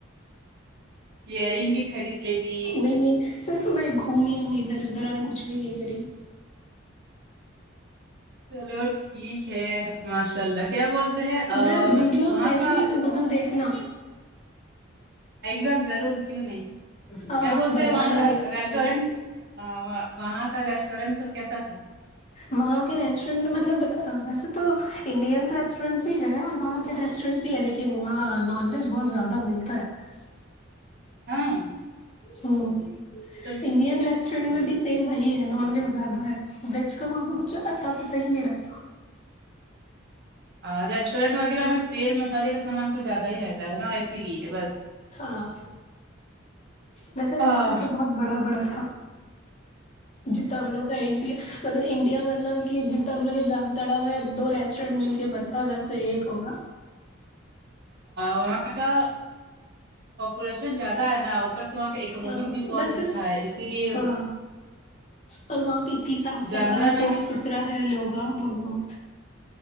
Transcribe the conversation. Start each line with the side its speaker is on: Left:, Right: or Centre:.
Right: ایئرنگ بھی خرید لیتی
Left: نہیں نہیں صرف میں گھومی ہوں ادھر ادھر اور کچھ بھی نہیں کری
Right: چلو ٹھیک ہے ماشاء اللہ کیا بولتے ہیں
Left: ہوں میں ویڈیوز
Right: وہاں
Left: بھیجوں
Right: کا
Left: گی تم تم دیکھنا
Right: ایک دم ضرور کیوں نہیں
Left: ہاں
Right: بولتے
Left: بتانا
Right: ہیں وہاں کا
Left: کیسے
Right: ریسٹورینٹس
Left: کیسے
Right: وہاں کا ریسٹورینٹ سب کیسا تھا
Left: وہاں کے ریسٹورینٹ مطلب ویسے تو انڈینس ریسٹورینٹ بھی ہے اور وہاں کے ریسٹورینٹ لیکن وہاں نان ویج بہت زیادہ ملتا ہے
Right: ہاں
Left: ہوں
Right: تو
Left: انڈین ریسٹورینٹ میں بھی سیم وہی ہے نان ویج زیادہ ہے ویج کا وہاں پہ کچھ اتا پتہ ہی نہیں رہتا
Right: اور ریسٹورینٹ وغیرہ میں تیل مسالے کا سامان کچھ زیادہ ہی رہتا ہے نا اسی لیے بس
Left: ہاں ویسے
Right: ہاں
Left: ریسٹورینٹ س بہت بڑا بڑا تھا جییتا ہم لوگ انڈیا ہے مطلب انڈیا مطلب کہ جتنا ہم لوگ جام تڑا ہو دو ریسٹورینٹ مل کے بنتا ہے ویسے ایک ہوگا
Right: وہاں کا پاپولیشن زیادہ ہے نوپر وہاں کا اکنامک
Left: ہاں
Right: بھی بہت
Left: ویسے
Right: اچھا ہے اسی لیے
Left: ہاں اور وہاں پہ اتنی صاف صفائی
Right: جامدرا میں
Left: صاف
Right: بھی
Left: ستھرا ہے لوگا بولو مت